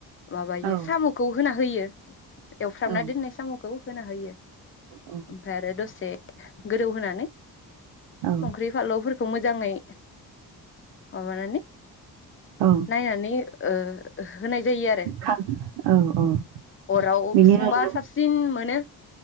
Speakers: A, on the left (about 30°); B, on the right (about 85°).
A: माबायो
B: औ
A: साम'खौ होना होयो। <inaudible> एवफ्रामना
B: औ
A: दोन साम'खौ होना होयो।
B: औ
A: ओमफ्राय आरो दसे गोदौ होनानै
B: औ
A: संख्रि फानलौफोरखौ मोजाङै माबानानै
B: औ
A: नायनानै ओ होनाय जायो आरो
B: खां औ औ
A: अराव
B: बिनि
A: संबा
B: उनावनो
A: साबसि सिन मोनो